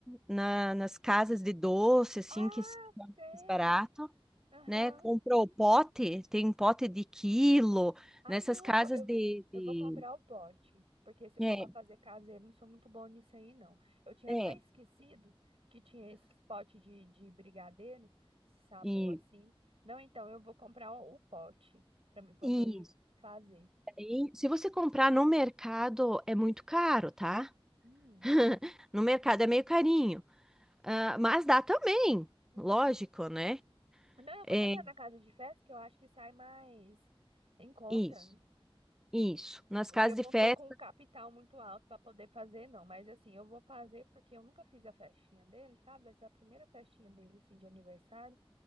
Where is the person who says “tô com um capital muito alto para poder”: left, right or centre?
Right